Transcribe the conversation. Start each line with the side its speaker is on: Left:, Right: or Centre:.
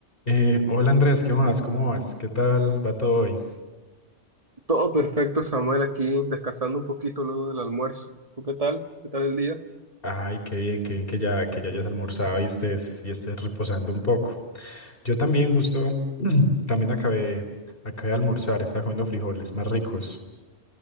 Left: Eh, hola Andrés, ¿qué más? ¿Cómo vas? ¿Qué tal va todo hoy?
Right: Todo perfecto, Samuel, aquí descansando un poquito luego del almuerzo. ¿Tú qué tal? ¿Qué tal el día?
Left: Ay, qué bien, qué bien que ya, que ya hayas almorzado y estés, y estés reposando un poco. Yo también justo, <clears throat> también acabé, acabé de almorzar, estaba comiendo frijoles más ricos.